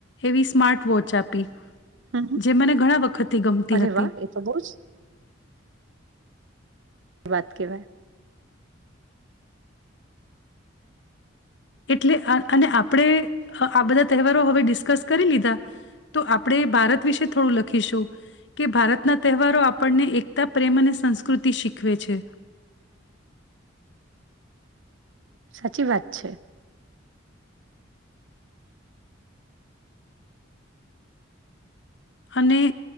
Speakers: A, on the left (about 60°); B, on the right (about 70°).
A: એવી સ્માર્ટ વોચ આપી.
B: હમ હમ
A: જે મને ઘણા વખતથી ગમતી
B: અરે
A: હતી.
B: વાહ એ તો બહુ જ એ વાત કેવાય
A: એટલે અને આપણે આ બધા તહેવારો હવે ડિસ્કસ કરી લીધા તો આપણે ભારત વિશે થોડું લખીશું કે ભારતના તહેવારો આપણને એકતા પ્રેમ અને સંસ્કૃતિ શીખવે છે.
B: સાચી વાત છે.
A: અને